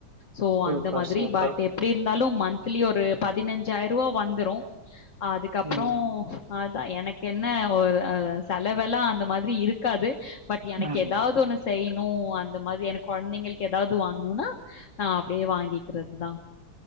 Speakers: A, on the left; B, on the right.
A: ஸோ
B: சூப்பர்,
A: அந்த மாதிரி
B: சூப்பர்.
A: பட் எப்படி இருந்தாலும் மந்த்லி ஒரு பதினஞ்சாயிரம் ரூபா வந்துரும் அதுக்கப்புறம்
B: ம்.
A: அதான் எனக்கு என்ன ஒரு அஹ் செலவெலாம் அந்த மாதிரி இருக்காது பட் எனக்கு
B: ம்.
A: ஏதாவது ஒண்ணு செய்யணும் அந்த மாதிரி என குழந்தைங்களுக்கு ஏதாவது வாங்கணும்னா நான் அப்படியே வாங்கிக்கிறது தான்